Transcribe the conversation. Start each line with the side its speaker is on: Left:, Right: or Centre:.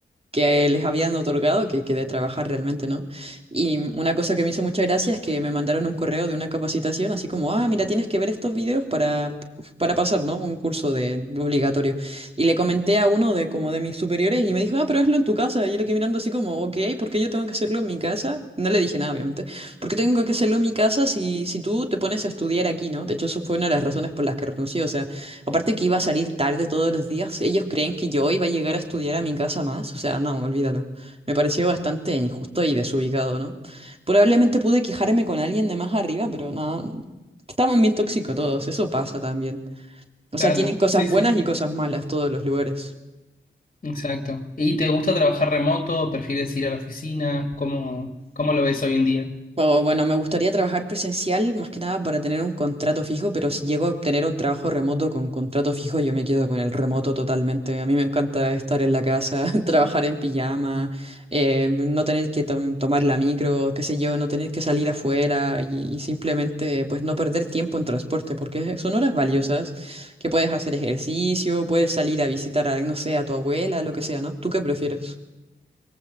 Right: que les habían otorgado, que, que de trabajar realmente, ¿no? Y una cosa que me hizo mucha gracia es que me mandaron un correo de una capacitación, así como, ah, mira, tienes que ver estos videos para, para pasar, ¿no? Un curso de obligatorio. Y le comenté a uno de como de mis superiores y me dijo, ah, pero hazlo en tu casa. Y yo le quedé mirando así como, ok, ¿por qué yo tengo que hacerlo en mi casa? No le dije nada, obviamente. ¿Por qué tengo que hacerlo en mi casa si, si tú te pones a estudiar aquí, ¿no? De hecho, eso fue una de las razones por las que renuncié, o sea... Aparte que iba a salir tarde todos los días, ellos creen que yo iba a llegar a estudiar a mi casa más, o sea, no, olvídalo. Me pareció bastante injusto y desubicado, ¿no? Probablemente pude quejarme con alguien de más arriba, pero nada, estaban bien tóxicos todos, eso pasa también. O sea,
Left: Claro,
Right: tienen cosas
Left: sí,
Right: buenas
Left: sí.
Right: y cosas malas todos los lugares.
Left: Exacto. ¿Y te gusta trabajar remoto? ¿Prefieres ir a la oficina? ¿Cómo, cómo lo ves hoy en día?
Right: O, bueno, me gustaría trabajar presencial más que nada para tener un contrato fijo, pero si llego a obtener un trabajo remoto con contrato fijo, yo me quedo con el remoto totalmente. A mí me encanta estar en la casa, <laughs> trabajar en pijama, eh, no tener que tom- tomar la micro, qué sé yo, no tener que salir afuera y, y simplemente pues no perder tiempo en transporte, porque son horas valiosas que puedes hacer ejercicio, puedes salir a visitar a, no sé, a tu abuela, lo que sea, ¿no? ¿Tú qué prefieres?